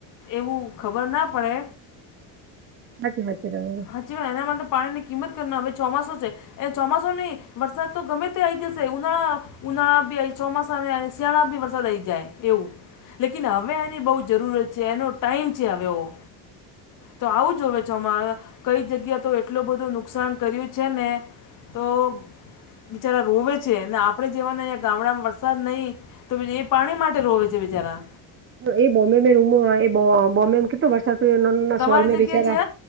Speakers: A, on the left (about 45°); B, on the right (about 30°).
A: એવું ખબર ના પડે.
B: અચ્છા સાચ્ આવી.
A: સાચીવાય એના માટે પાણીની કિંમત કરનો હવે ચોમાસું છે. એ ચોમાસું નહી વરસાદ તો ગમે તે આવી જશે ઉનાળા. ઉઊનાળા આ ચોમાસાને અને સેણા બ વરસાદ આવી જાય. એવું લેકિન હવે એની બહુ જરૂરત છે એનો ટાઈમ છે હવો. તો આવું જોવે છે અમારા. કઈ જગ્યાએ તો એટલું બધું નુકસાન કર્યું છે ને તો. બિચારા રોવે છે ને આપડે જેવાના અહીંયા ગામડામાં વરસાદ નહી. તો પી એ પાણી માટે રોવે છે બિચારા.
B: એ બોમ્બ રૂમ બોમ્બેમાં કેટલો વરસાદ. ના
A: તમારી
B: સોલમે
A: જગ્યા
B: વિચાર
A: છે